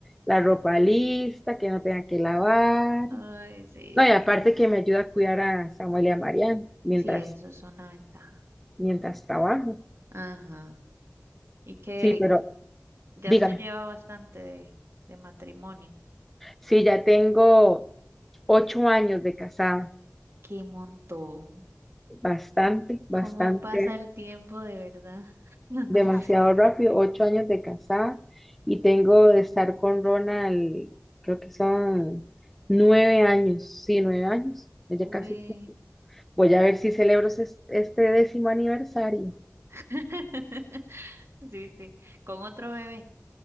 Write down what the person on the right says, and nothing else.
Ay, sí.
Sí, eso es una ventaja.
Ajá. Y que
ya
usted lleva bastante de, de matrimonio.
Qué montón.
¿Cómo pasa el tiempo de verdad? <laughs>
Uy.
<laughs> Sí, sí. Con otro bebé.